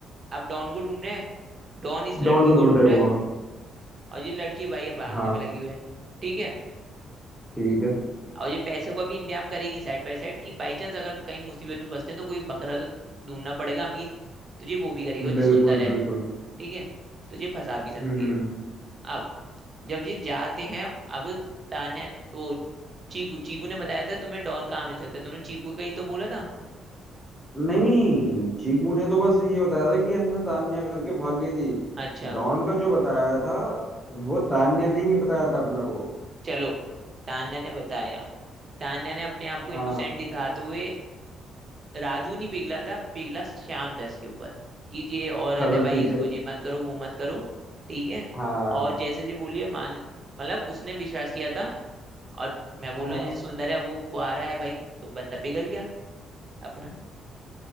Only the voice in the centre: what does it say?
डॉन को ढूंढ
रहे
वो
हाँ
हाँ
ठीक है
बिल्कुल
बिल्कुल
हम्म हम्म।
नहीं चीकू ने तो बस ये बताया था कि ऐसे ऐसे तान्या करके भाग गई थी
डॉन का जो बताया था वो तान्या ने ही बताया था अपना को
हाँ
चलो
ठीक
है
हाँ
हाँ हाँ